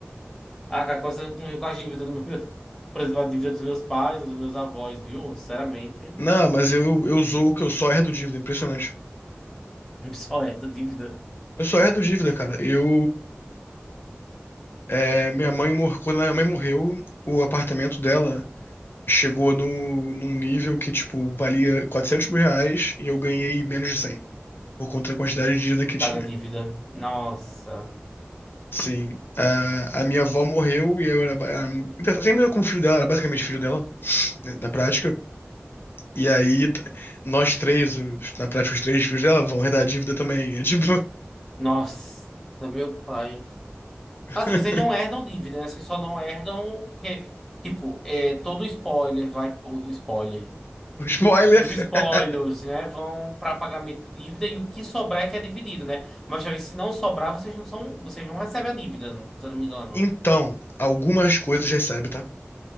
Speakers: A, in the centre; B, on the left.
A: arcar com, essa, com, com as dívidas do meu, <laughs> por exemplo, a dívida dos meus pais ou dos meus avós, viu? Sinceramente,
B: Não, mas eu, eu sou o que eu só herdo dívida, é impressionante.
A: <laughs> só essa dívida.
B: Eu só herdo dívida, cara. Eu. é, minha mãe, mor- quando a minha mãe morreu, o apartamento dela chegou no, num nível que, tipo, valia 400 mil reais e eu ganhei menos de 100 por conta da quantidade de dívida que tinha.
A: Cada dívida. Nossa.
B: Sim, a, a minha avó morreu e eu era. ba- A, sempre eu como filho dela, era basicamente filho dela, né, na prática. E aí, t- nós três, os- na prática, os três filhos dela vão herdar a dívida também. É tipo.
A: Nossa, meu pai.
B: <laughs>
A: Assim, vocês não herdam dívida, né? Vocês só não herdam. Porque, tipo, é, todo spoiler vai. O spoiler.
B: o Spoiler!
A: Os spoilers,
B: <laughs>
A: né? Vão para pagamento de dívida e o que sobrar é que é dividido, né? Mas também, se não sobrar, vocês não são. Vocês não recebem a dívida, se eu não me engano.
B: Então, algumas coisas recebe, tá?